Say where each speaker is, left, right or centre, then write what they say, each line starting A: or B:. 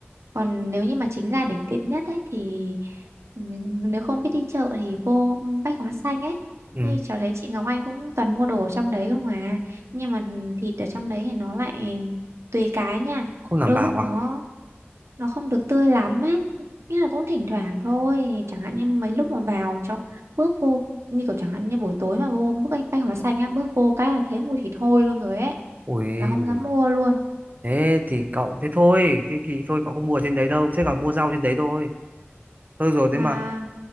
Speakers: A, on the right; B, on the right.
A: còn nếu như mà chính ra để tiện nhất ấy thì n- nếu không biết đi chợ thì vô Bách Hóa Xanh ấy
B: ừ
A: như cháu thấy chị Ngọc Anh cũng toàn mua đồ ở trong đấy không à nhưng mà thịt ở trong đấy thì nó lại tùy cái nha
B: không đảm
A: đôi
B: bảo
A: lúc nó
B: à
A: nó không được tươi lắm ấy nghĩa là cũng thỉnh thoảng thôi chẳng hạn như mấy lúc mà vào cho bước vô như kiểu chẳng hạn như buổi tối mà vô bước Bách Hóa Xanh á bước vô cái là thấy mùi thịt hôi luôn rồi ấy
B: ui
A: là không dám mua luôn
B: thế thì cậu thế thôi thế thì thôi cậu không mua ở trên đấy đâu thế còn mua rau trên đấy thôi thôi rồi thế
A: mà
B: mà